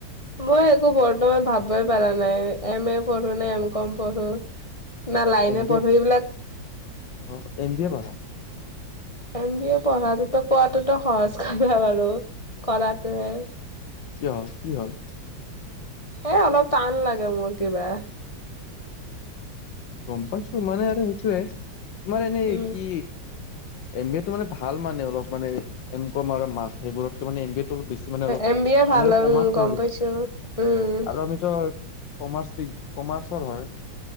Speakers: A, on the left; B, on the left.
A: মই একো বৰ্তমান ভাববই পাৰা নাই এম এ পঢ়ো নে, এম কম পঢ়ো।
B: <inaudible>
A: না, লাইনে
B: এম বি
A: পঢ়ো
B: এ
A: এইবিলাক
B: অ', এম বি এ পঢ়া।
A: এম, বি, এ, পঢ়াটোতো কোৱটোতো সহজ কথা বাৰু কৰাটোহে।
B: কিয় কি হ'ল?
A: এ, অলপ টান লাগে মোৰ কিবা।
B: গম পাইছো মানে, আৰু সেইটোয়ে তোমাৰ এনেই
A: উম।
B: কি এম, বি, এ, টো মানে ভাল মানে অলপ মানে এম কম আৰু মাছ সেইবোৰত এম, বি, এ, টো অলপ বেছি মানে অলপ
A: এম বি এ
B: আমি
A: ভাল
B: আৰু
A: হয়
B: কমাৰ্চ
A: উম, গম
B: লাগিল
A: পাইছো উম,
B: আৰু আমিতো কমাৰ্চ কমাৰ্চৰ হয়,